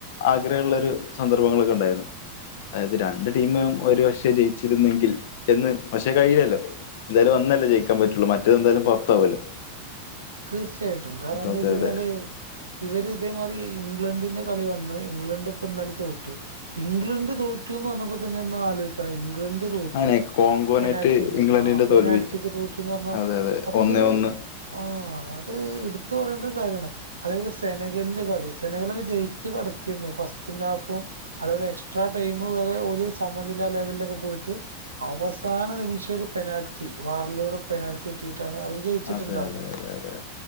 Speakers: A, on the left; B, on the right.
A: ആഗ്രഹള്ള ഒരു സന്ദർഭങ്ങളൊക്കെ ഉണ്ടായിരുന്നു അതായത് രണ്ട് ടീമും ഒരുപക്ഷേ ജയിച്ചിരുന്നെങ്കിൽ എന്ന് പക്ഷേ കയില്ലാലോ എന്തായാലും ഒന്നല്ലേ ജയിക്കാൻ പറ്റുള്ളൂ മറ്റേത് എന്തായാലും പുറത്താവുല്ലോ
B: തീർച്ചയായിട്ടും കാരണം എന്താ
A: അതെ
B: വെച്ചകഴിഞ്ഞാല്
A: അതെ
B: ഇവർ ഇതേമാതിരി ഇംഗ്ലണ്ടിന്റെ കളി വന്ന് ഇംഗ്ലണ്ട് ഇപ്പൊ ഇന്നാലെ തോറ്റു ഇംഗ്ലണ്ട് തോറ്റു എന്ന് പറഞ്ഞപ്പോ തന്നെ ഒന്ന് ആലോയിക്കാണം ഇംഗ്ലണ്ട് തോറ്റു
A: അങ്ങനെ കോങ്കോനായിട്ട്
B: പെനാൽറ്റിക്
A: ഇംഗ്ലണ്ടിന്റെ
B: ആ പെനാൽറ്റിക്
A: തോൽവി
B: തോറ്റുന്ന് പറഞ്ഞാ
A: അതെ അതെ
B: അതൊക്കെ
A: ഒന്നേ
B: ഒരു
A: ഒന്ന്
B: ആ അത് ഇടുത്ത് പറയേണ്ട ഒരു കാര്യണ് അതേപോലെ സെനകലിന്റെ കളി സെനകളൊക്കെ ജയിച്ചു കടക്കരുന്നു ഫസ്റ്റ്ൻ ഹാഫും അതപോലെ എക്സ്ട്രാ ടൈം വരെ ഓല് സമ്മനില്ല ലെവലിലൊക്കെ പോയിട്ട് അവസാന നിമിഷം ഒരു പെനാൽറ്റി വാറിലൂടെ പെനാൽറ്റി കിട്ടിയിട്ടാണ് അവര് ജയിച്ചിട്ടുണ്ടായിരുന്നത്
A: അതെ അതെ അതെ അതെ